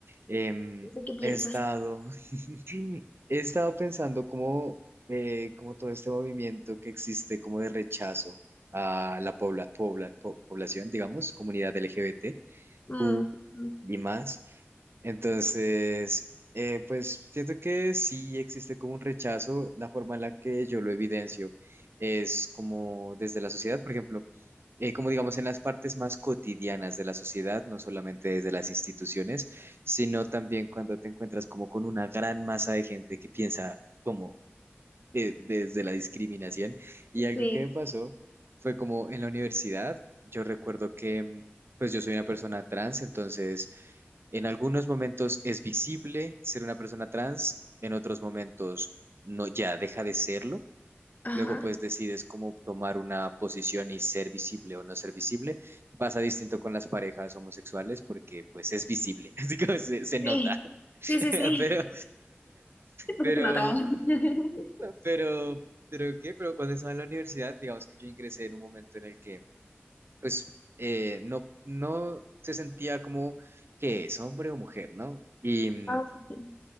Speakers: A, on the right; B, on the left.
A: Em,
B: ¿De qué piensas?
A: he estado, <laughs> he estado pensando cómo, eh, cómo todo este movimiento que existe como de rechazo a la pobla, pobla- po- población, digamos, comunidad L G B T
B: Mm,
A: Q
B: mm,
A: y más. Entonces, eh, pues siento que sí existe como un rechazo, la forma en la que yo lo evidencio es como desde la sociedad, por ejemplo. eh, como digamos, en las partes más cotidianas de la sociedad, no solamente desde las instituciones, sino también cuando te encuentras como con una gran masa de gente que piensa como eh, desde la discriminación. Y algo
B: sí,
A: que me pasó fue como en la universidad, yo recuerdo que mm, pues yo soy una persona trans, entonces en algunos momentos es visible ser una persona trans, en otros momentos no, ya deja de serlo.
B: Ajá.
A: Luego pues decides cómo tomar una posición y ser visible o no ser visible. Pasa distinto con las parejas homosexuales porque pues es visible, <laughs> así que se, se nota.
B: sí,
A: <laughs>
B: sí, sí, sí.
A: Pero,
B: <laughs> Porque
A: pero,
B: se nota. <laughs>
A: pero, pero, pero, ¿qué? Pero cuando estaba en la universidad, digamos que yo ingresé en un momento en el que pues eh, no, no se sentía como que es hombre o mujer, ¿no? Y, mm,
B: Ah, sí.